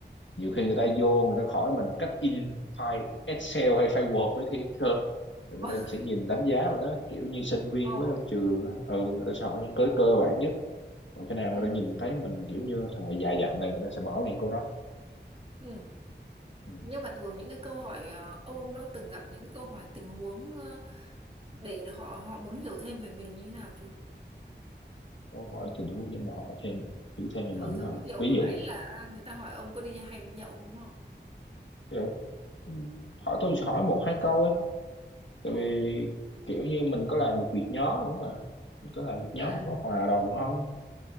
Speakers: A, on the left; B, on the right.
A: nhiều khi
B: ừ
A: người ta vô người ta hỏi mình cách in file Excel hay file Word đấy thì cơ người
B: <laughs>
A: ta sẽ nhìn đánh giá mà đó kiểu như sinh viên
B: ồ
A: mới ra trường á ừ người ta sẽ hỏi những cái cơ bản nhất còn khi nào
B: ừ
A: người ta nhìn thấy mình kiểu như thằng này già dặn này người ta sẽ bỏ ngang câu đó
B: ừ
A: ừ.
B: nhưng mà thường những cái câu hỏi ờ, ông ông đã từng gặp những cái câu hỏi tình huống ờ, để họ họ muốn hiểu thêm về mình như thế nào chưa
A: câu hỏi tình huống để mà hỏi thêm hiểu thêm về
B: ừ
A: mình
B: giống
A: hả
B: như kiểu
A: ví
B: hồi
A: dụ
B: nãy là người ta hỏi ông có đi hay đi nhậu không đó
A: kiểu ừ, hỏi tôi hỏi một hai câu ấy tại
B: ồ
A: vì kiểu như mình có làm được việc nhóm không ạ, mình có làm việc nhóm
B: à
A: mình có hòa đồng không